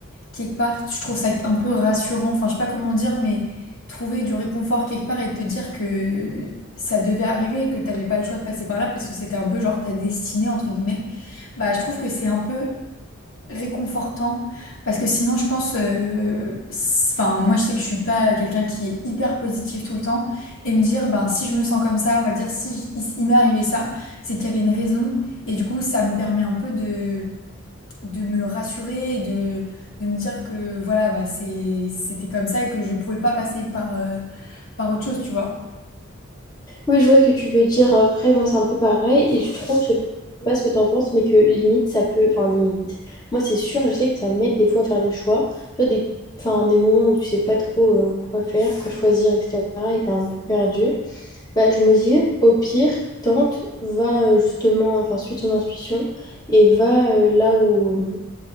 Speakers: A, on the left (about 80°); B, on the left (about 20°).
A: quelque part. Je trouve ça un peu rassurant, enfin je sais pas comment dire, mais trouver du réconfort quelque part et te dire que ça devait arriver et que t'avais pas le choix de passer par là parce que c'était un peu genre ta destinée entre guillemets, bah je trouve que c'est un peu réconfortant parce que sinon je pense, euh, c'est- enfin moi je sais que je suis pas quelqu'un qui est hyper positif tout le temps et me dire ben si je me sens comme ça, on va dire si j- il il m'est arrivé ça, c'est qu'il y avait une raison et du coup ça me permet un peu de de me rassurer et de, de me dire que voilà, bah, c'est, c'était comme ça et que je pouvais pas passer par, euh, par autre chose, tu vois.
B: Oui, je vois ce que tu veux dire. Après, moi, c'est un peu pareil et je trouve, je sais pas ce que tu en penses, mais que limite, ça peut, enfin limite. Moi, c'est sûr, je sais que ça m'aide des fois à faire des choix, tu vois, des, enfin, des moments où tu sais pas trop euh, quoi faire, quoi choisir, etc. et t'es un peu perdu. Bah, je me dis, au pire, tente, va euh, justement, enfin, suis ton intuition et va euh, là où,